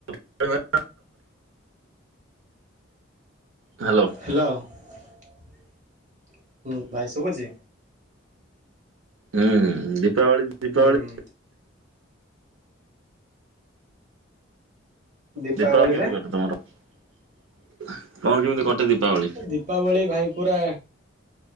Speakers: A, on the right; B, on the right.
A: ଦୀପାବଳି ହ୍ୟାଲୋ।
B: ହ୍ୟାଲୋ ଭାଇ ଶୁଭୁଛି?
A: ହୁଁ ଦୀପାବଳି ଦୀପାବଳି
B: ହୁଁ ଦୀପାବଳିରେ
A: ଦୀପାବଳି କେମିତି କଟେ ତମର କଣ କେମିତି କଟେ ଦୀପାବଳି?
B: ଦୀପାବଳି ଭାଇପୁରା